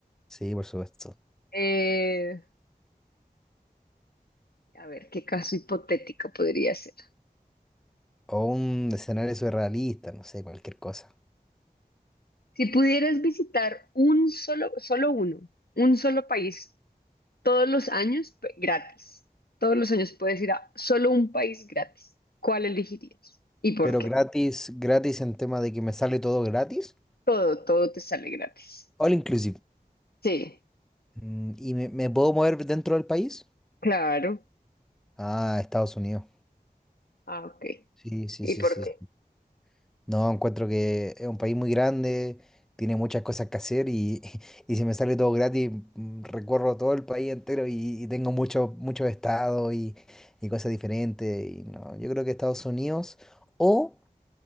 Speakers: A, in the centre; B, on the left.
A: Sí, por supuesto.
B: Eh, a ver, ¿qué caso hipotético podría ser?
A: O un escenario surrealista, no sé, cualquier cosa.
B: Si pudieras visitar un solo, solo uno, un solo país todos los años p- gratis. Todos los años puedes ir a solo un país gratis. ¿Cuál elegirías? ¿Y por
A: Pero
B: qué?
A: gratis, gratis en tema de que me sale todo gratis.
B: Todo, todo te sale gratis.
A: All inclusive.
B: Sí,
A: Mm, ¿Y me, me puedo mover dentro del país?
B: claro.
A: Ah, Estados Unidos.
B: Ah, ok.
A: Sí, sí,
B: ¿Y
A: sí,
B: por
A: sí.
B: qué?
A: sí. No, encuentro que es un país muy grande, tiene muchas cosas que hacer y, <laughs> y si me sale todo gratis, mm, recorro todo el país entero y, y tengo muchos muchos estados y, y cosas diferentes. Y no, yo creo que Estados Unidos o,